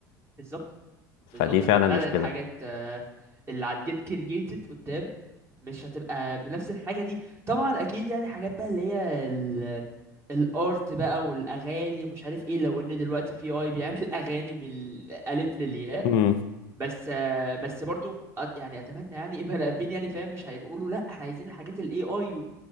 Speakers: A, on the right; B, on the left.
A: بالظبط
B: فدي
A: بالظبط
B: فعلا
A: عشان فعلا
B: مشكلة
A: الحاجات آه، اللي هتجيت كرييتد قدام مش هتبقى بنفس الحاجة دي طبعا اكيد يعني حاجات بقى اللي هي ال الارت بقى والاغاني ومش عارف ايه لو ان دلوقتي في اي بيعمل <laughs> اغاني من الالف للياء
B: امم
A: بس آه، بس برضو أ- يعني اتمنى يعني يبقى الابين يعني فاهم مش هيقولوا لا احنا عايزين الحاجات الاي اي